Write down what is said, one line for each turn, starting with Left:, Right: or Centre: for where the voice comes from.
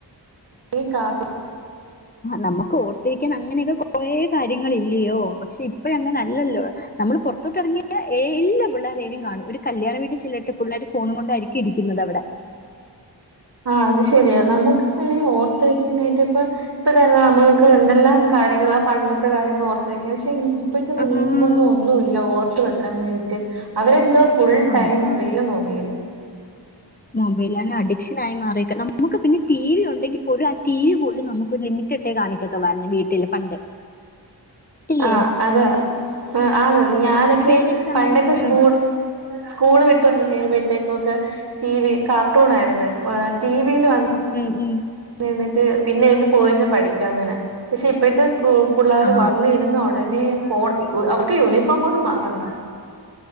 Right: <unintelligible>
Left: നമ്മുക്ക് ഓർത്തിരിക്കാൻ അങ്ങനെയൊക്കെ കൊറേ കാര്യങ്ങളില്ലയോ പക്ഷെ ഇപ്പഴ അങ്ങനെ അല്ലല്ലോ നമ്മൾ പുറത്തോട്ട ഇറങ്ങിയ എ എല്ലാ പിള്ളോരനും കാണും ഒരു കല്യാണ വീട്ടിൽ ചെല്ലിട്ട് പിള്ളേർ ഫോൺ കൊണ്ടായിരിക്കും ഇരിക്കുന്നത് അവിടെ
Right: ആഹ് അത് ശരിയാ നമ്മുക്ക് വണെങ്കിൽ ഓർത്ത് വെക്കാനായിട്ട് ഇപ്പ ഇപ്പ തന്നെ നമ്മുക്ക് എന്തെല്ലാം കാര്യങ്ങൾ ആ പണ്ടത്തെ കാര്യങ്ങൾ ഓർത്ത് വെക്കും പക്ഷെ ഇപ്പഴത്തെ കുഞ്ഞുങ്ങൾക്കൊന്നും
Left: ആഹാ
Right: ഒന്നുല്ല ഓർത്ത് വെക്കാനായിട്ട് അവരെന്തോ ഫുൾ
Left: അതാണ്
Right: ടൈം മൊബൈല് മൊബൈല്
Left: മൊബൈലാണ് അഡിക്ഷൻ ആയി മാറീക്ക നമുക്ക് പിന്നെ ടി വി ഉണ്ടെങ്കിൽ പോലും ആ ടി വി പോലും നമുക്ക് ഒരു ലിമിറ്റഡ് <unintelligible> കാണിക്കത്തുള്ളായിരുന്നു വീട്ടില് പണ്ട് ഇല്ലേ
Right: ആഹ് അതാ ആ ആ ഞാനൊക്കെ
Left: പേരൻസ്
Right: പണ്ടൊക്കെ
Left: അങ്ങനെ ഉം
Right: സ്കൂൾ സ്കൂള് വിട്ട് വന്ന് കഴിയുമ്പോഴത്തേക്കും ഒക്കെ ടി വി കാർട്ടൂൺ ആയിരുന്നു ഏഹ് ടി വിയിൽ വന്ന്
Left: ഉം ഉം
Right: നിന്ന്ട്ട് പിന്നെ ഇന്ന് പോയിരുന്നു പഠിക്കാ അങ്ങനെ പക്ഷെ ഇപ്പഴത്തെ സ്കൂ പിള്ളേർ
Left: ആ
Right: വന്ന് ചെന്ന ഉടനെ ഫോൺ അവർക്ക് യൂണിഫോം പോലും മാറണ്ട